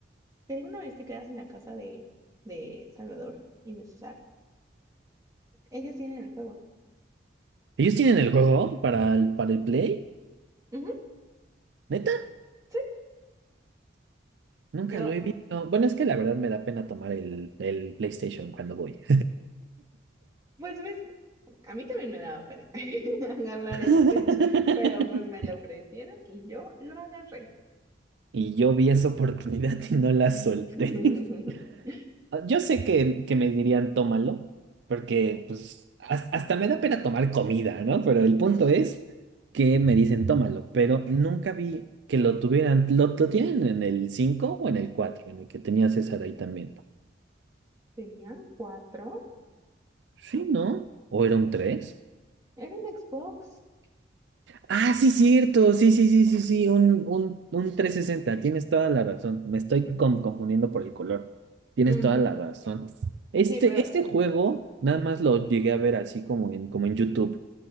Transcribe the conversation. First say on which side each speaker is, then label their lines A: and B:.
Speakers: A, on the right; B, on the right.
A: si alguna vez te quedas en la casa de, de Salvador y de César, ellos tienen el juego.
B: ¿Ellos tienen el juego para el, para el Play?
A: Ujú,
B: ¿Neta?
A: sí.
B: Nunca
A: Yo,
B: lo he visto. Bueno, es que la verdad me da pena tomar el, el PlayStation cuando voy.
A: pues ves, a mí también me daba pena <laughs> agarrar
B: <laughs>
A: el Switch, pero pues me lo ofrecieron y yo lo agarré.
B: Y yo vi esa oportunidad y no la
A: <laughs>
B: solté. <laughs> Ah, Yo sé que, que me dirían tómalo, porque pues has- hasta me da pena tomar comida, ¿no? Pero el punto es que me dicen tómalo, pero nunca vi que lo tuvieran, lo, lo tienen en el 5 o en el 4 en el que tenía César ahí también.
A: Tenían cuatro.
B: Sí, ¿no? ¿O era un tres
A: ¿Era un Xbox?
B: Ah, sí, cierto, sí, sí, sí, sí, sí, un, un, un trescientos sesenta tienes toda la razón, me estoy
A: Mm,
B: com- confundiendo por el color, tienes
A: ujú.
B: toda la razón. Este,
A: Sí, pero
B: este juego nada más lo llegué a ver así como en, como en YouTube.